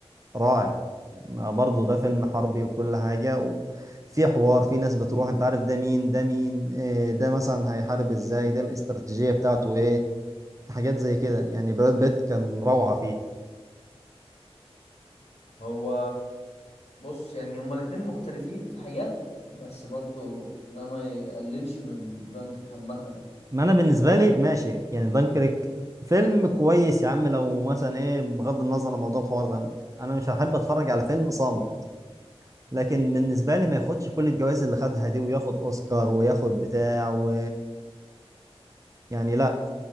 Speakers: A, on the right (about 30°); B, on the left (about 80°).
A: رائع ما برضه ده فيلم حربي وكل حاجة وفي حوار في ناس بتروح انت عارف ده مين ده مين إيه ده مثلا هيحارب ازاي ده الاستراتيجية بتاعته ايه حاجات زي كده يعني براد بيت كان روعة فيه
B: هو بص يعني هما الاتنين مختلفين في حاجات بس برضو ده ما يقللش من دانكرك عامة
A: ما انا بالنسبة لي ماشي يعني دانكريك فيلم كويس يا عم لو مثلا ايه بغض النظر عن موضوع الحوار ده انا مش هحب اتفرج على فيلم صامت لكن بالنسبة لي ما ياخدش كل الجوائز اللي خدها دي وياخد اوسكار وياخد بتاع و يعني لا